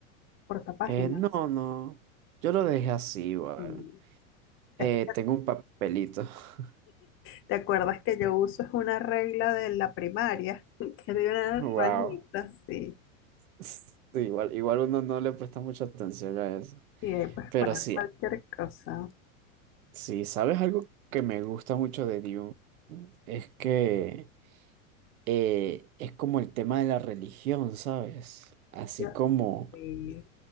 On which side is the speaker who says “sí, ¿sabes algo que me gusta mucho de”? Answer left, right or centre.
Right